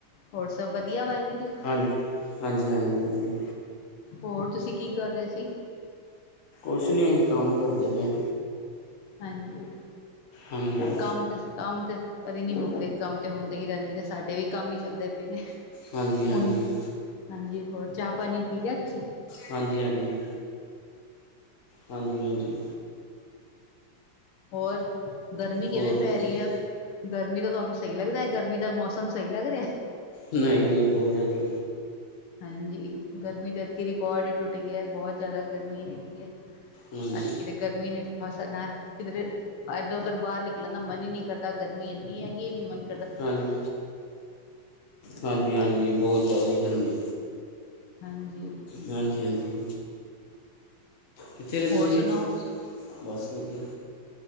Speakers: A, on the left; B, on the left.
A: ਹੋਰ ਸਭ ਵਧੀਆ ਪਾਜੀ।
B: ਹਾਂਜੀ, ਹਾਂਜੀ ਹਾਂਜੀ ਵਧੀਆ।
A: ਹੋਰ ਤੁਸੀਂ ਕੀ ਕਰ ਰਹੇ ਸੀ?
B: ਕੁਛ ਨਹੀਂ, ਅਸੀ ਕੰਮ ਕਰਦੇ ਪਏ।
A: ਹਾਂਜੀ
B: ਹਾਂਜੀ
A: ਕੰਮ ਤੇ- ਕੰਮ ਤਾਂ ਕਦੇ ਨਹੀਂ ਮੁੱਕਦੇ। ਕੰਮ ਤਾ ਹੁੰਦੇ ਹੀ ਰਹਿੰਦੇ ਨੇ। ਸਾਡੇ ਵੀ ਕੰਮ ਹੀ ਚੱਲਦੇ ਪਏ ਨੇ।
B: ਹਾਂਜੀ ਹਾਂਜੀ
A: ਹੁਣ ਹਾਂਜੀ, ਹੋਰ ਚਾਹ ਪਾਣੀ ਪੀ ਲਿਆ ਤੁਸੀਂ?
B: ਹਾਂਜੀ ਹਾਂਜੀ। ਹਾਂਜੀ ਹਾਂਜੀ।
A: ਹੋਰ? ਗਰਮੀ ਕਿਵੇਂ
B: ਹੋਰ
A: ਪੈ
B: ਬ-
A: ਰਹੀ ਹੈ? ਗਰਮੀ ਤਾਂ ਤੁਹਾਨੂੰ ਸਹੀ ਲੱਗਦਾ ਗਰਮੀ ਦਾ? ਮੌਸਮ ਸਹੀ ਲੱਗ ਰਿਹਾ ਹੈ?
B: ਨਹੀਂ-ਨਹੀਂ ਬਹੁਤ ਜ਼ਿਆਦਾ-
A: ਹਾਂਜੀ, ਗਰਮੀ ਦਾ ਐਤਕੀ ਰਿਕਾਰਡ ਹੀ ਟੁੱਟ ਗਿਆ। ਬਹੁਤ ਜ਼ਿਆਦਾ ਗਰਮੀ ਹੈਗੀ ਐ।
B: ਹਾਂਜੀ
A: ਐਤਕੀ ਤੇ ਗਰਮੀ ਨੇ- ਹਾਂ, ਸਾਡਾ ਕਿਧਰੇ ਇੱਧਰ-ਉੱਧਰ ਬਾਹਰ ਨਿਕਲਣ ਦਾ ਮਨ ਹੀ ਨਹੀਂ ਕਰਦਾ। ਗਰਮੀ ਇੰਨੀ ਹੈਗੀ ਕਿ ਮੰਨ-
B: ਹਾਂਜੀ ਹਾਂਜੀ ਹਾਂਜੀ, ਬਹੁਤ ਜ਼ਿਆਦੀ ਗਰਮੀ।
A: ਹਾਂਜੀ
B: ਹਾਂਜੀ ਹਾਂਜੀ। ਕਿੱਥੇ ਰਹਿੰਦੇ
A: ਹੋਰ
B: ਤੁਸੀਂ?
A: ਸੁਣਾਓ
B: ਬਸ ਵਧੀਆ-